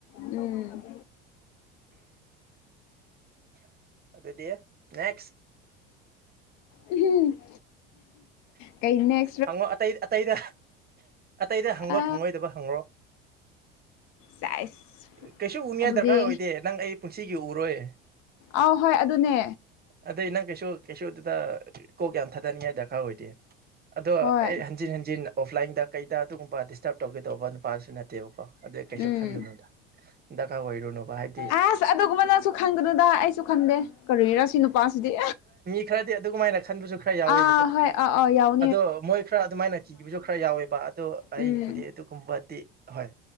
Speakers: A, on the left; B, on the right.
A: ꯎꯝ
B: ꯑꯗꯨꯗꯤ ꯅꯦꯛꯁ
A: ꯎꯝ ꯀꯩ ꯅ
B: ꯍꯪꯉꯣ ꯑꯇꯩ ꯑꯇꯩꯗ ꯑꯇꯩꯗ ꯍꯪꯕ
A: ꯑ
B: ꯐꯪꯪꯂꯣꯏꯗꯕ ꯍꯪꯉꯣ
A: ꯁꯥꯏꯁ
B: ꯀꯩꯁꯨ ꯎꯅꯤꯉꯥꯏ
A: ꯑꯗꯨꯗꯤ
B: ꯗꯔꯀꯥꯔ ꯑꯣꯏꯗꯦ ꯅꯪ ꯑꯩ ꯄꯨꯟꯁꯤꯒꯤ ꯎꯔꯣꯏ
A: ꯑꯥꯎ ꯍꯣꯏ ꯑꯗꯨꯅꯦ
B: ꯑꯗꯩ ꯅꯪ ꯀꯩꯁꯨ ꯀꯩꯁꯨ ꯑꯗꯨꯗ ꯀꯣꯛ ꯌꯥꯝ ꯊꯥꯗꯅꯤꯡꯉꯥꯏ ꯗꯔꯀꯥꯔ ꯑꯣꯏꯗꯦ ꯑꯗꯣ
A: ꯍꯣꯏ
B: ꯑꯩ ꯍꯟꯖꯤꯟ ꯍꯟꯖꯤꯟ ꯑꯣꯐꯂꯥꯏꯟꯗ ꯀꯩꯗ ꯑꯗꯨꯒꯨꯝꯕ ꯗꯤꯁꯇꯔꯕ ꯇꯧꯒꯦ ꯇꯧꯕ ꯅꯨꯄꯥꯗꯨꯁꯨ ꯅꯠꯇꯦꯕꯀꯣ ꯑꯗꯨ ꯀꯩꯁꯨ
A: ꯎꯝ
B: ꯈꯜꯂꯨꯅꯨꯗ ꯗ ꯀꯥ ꯑꯣꯏꯔꯨꯅꯣ ꯍꯥꯏꯗꯤ
A: ꯑꯁ ꯑꯗꯨꯒꯨꯝꯕ ꯅꯪꯁꯨ ꯈꯟꯒꯅꯨꯗ ꯑꯩꯁꯨ ꯈꯟꯗꯦ ꯀꯔꯤꯔꯥ ꯁꯤ ꯅꯨꯄꯥꯁꯤꯗꯤ
B: ꯈꯔꯗꯤ ꯑꯗꯨꯃꯥꯏꯅ ꯈꯟꯕꯁꯨ ꯈꯔ ꯌꯥꯎꯋꯤ
A: ꯑ ꯍꯣꯏ ꯑ ꯑꯣ ꯌꯥꯎ
B: ꯑꯗꯣ ꯃꯣꯏ ꯈꯔ ꯑꯗꯨꯃꯥꯏꯅ ꯀꯤꯕꯁꯨ ꯈꯔ ꯌꯥꯎꯋꯦꯕ ꯑꯗꯣ
A: ꯎꯝ
B: ꯑꯩꯕꯨꯗꯤ ꯑꯗꯨꯒꯨꯝꯕꯗꯤ ꯍꯣꯏ